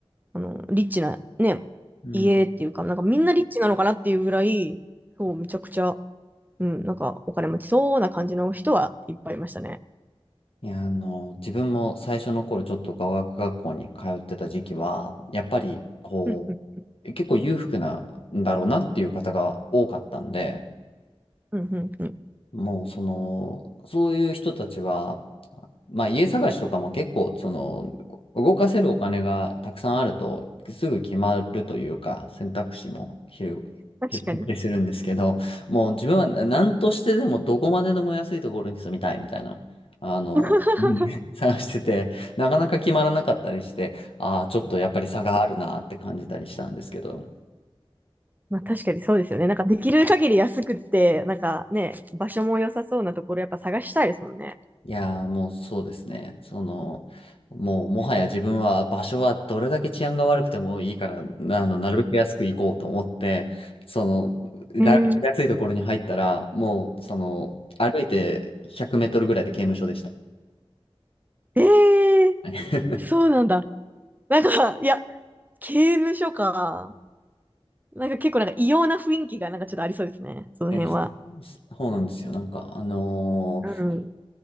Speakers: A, on the right; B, on the left.
A: あの、リッチな、ね、
B: うん
A: 家っていうか、なんかみんなリッチなのかなっていうぐらい、そう、めちゃくちゃ、うん、なんかお金持ちそうな感じの人はいっぱいいましたね。
B: いや、あの、自分も最初の頃ちょっと語学学校に通ってた時期は、やっぱりこう、
A: うんうん
B: 結構裕福なんだろうなっていう方が多かったんで、
A: うんうんうん。
B: もうその、そういう人たちはまあ家探しとかも結構、その、動かせるお金がたくさんあると、すぐ決まるというか、選択肢も広広がったりするんですけど、
A: 確かに。
B: もう自分は何としてでもどこまででも安いところに住みたいみたいな、あの、
A: <laughs>
B: うん探してて、なかなか決まらなかったりして、ああ、ちょっとやっぱり差があるなって感じたりしたんですけど。
A: まあ確かにそうですよね。なんかできる限り安くって、なんかね、場所も良さそうなところやっぱ探したいですもんね。
B: いやー、もうそうですね。その、もうもはや自分は場所はどれだけ治安が悪くてもいいから、なあの、なるべく安く行こうと思って、その、なるべく安いところに入ったら、
A: えー、
B: もう、その、歩いて100メートルぐらいで刑務所でした。
A: えー、
B: <laughs>
A: そうなんだ。なんか、いや、刑務所か。なんか結構なんか異様な雰囲気がなんかちょっとありそうですね。その辺は。
B: いや、そそうなんですよ。なんか、あのー
A: うん。